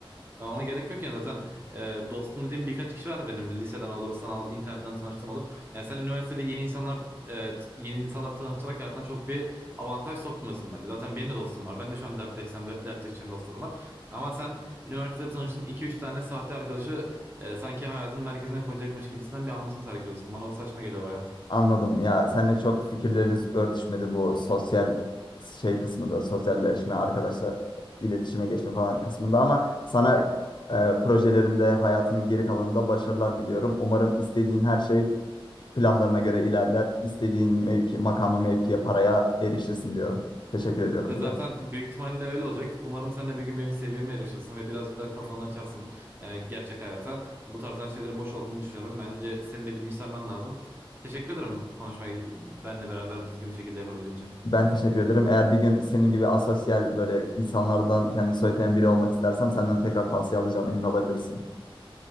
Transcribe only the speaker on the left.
Anladım. Ya seninle çok fikirlerimiz örtüşmedi bu sosyal şey kısmında, sosyalleşme, arkadaşlar iletişime geçme falan kısmında ama sana e, projelerinde, hayatının geri kalanında başarılar diliyorum. Umarım istediğin her şey planlarına göre ilerler. İstediğin mevki, makama, mevkiye, paraya erişirsin diyorum. Teşekkür ediyorum
bir de.
Ben teşekkür ederim. Eğer bir gün senin gibi asosyal böyle insanlardan kendini soyutlayan biri olmak istersem senden tekrar tavsiye alacağım. Emin olabilirsin.